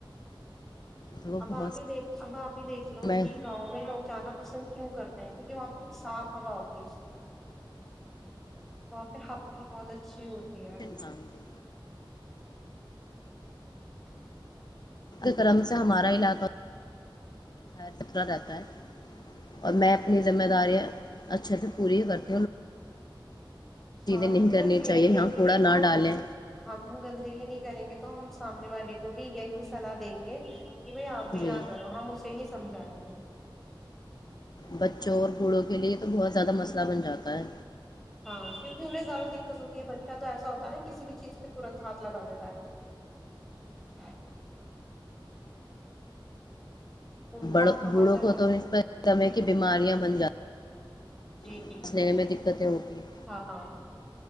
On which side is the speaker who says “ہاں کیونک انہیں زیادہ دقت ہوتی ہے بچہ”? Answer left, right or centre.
Centre